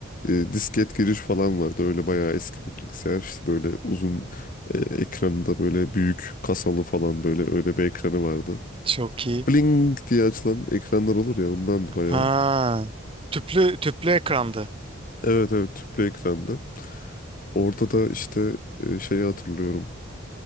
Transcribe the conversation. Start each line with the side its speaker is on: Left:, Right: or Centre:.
Left: e, disket giriş falan vardı. Öyle bayağı eski bir bilgisayar. İşte böyle uzun e, ekranında böyle büyük kasalı falan böyle öyle bir ekranı vardı.
Right: çok iyi.
Left: Bling diye açılan ekranlar olur ya ondandı bayağı.
Right: Ha, tüplü tüplü ekrandı.
Left: Evet evet tüplü ekrandı. Orada da işte e, şeyi hatırlıyorum.